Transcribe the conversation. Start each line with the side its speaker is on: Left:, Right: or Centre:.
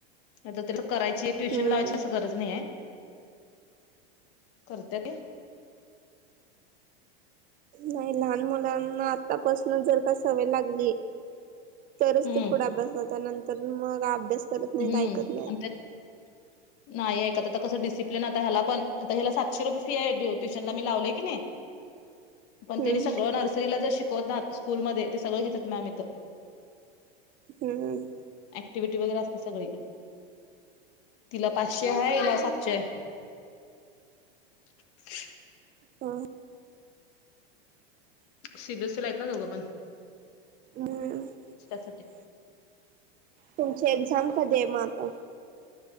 Left: आता त्याला करायची ट्युशन
Right: हम्म
Left: लावायची असं गरज नाही आहे. करत्या ती.
Right: नाही. लहान मुलांना आतापासन जर का सवय लागली तरच
Left: हम्म
Right: ते पुढे अभ्यास करत नंतर मग अभ्यास करत नाहीत
Left: हम्म.
Right: ऐकत नाहीत
Left: नाही ऐकत कसं डिसिप्लिन हला पण ह्याला सातशे रुपये फी आहे ट्युशनला मी लावलेय की नाही पण
Right: हम्म
Left: त्यांनी सगळं
Right: हम्म
Left: नर्सरीला जर शिकवणार स्कूलमध्ये ते सगळं घेतात मॅम इथं.
Right: हम्म.
Left: ऍक्टिव्हिटी वगैरे असतात सगळं. तिला पाचशे आहे हिला सातशे. <inaudible>
Right: हा.
Left: सीबीएसईी ला आहेत ना दोघं पण.
Right: म
Left: त्यासाठी
Right: तुमची एक्झाम कधी आहे मग आता?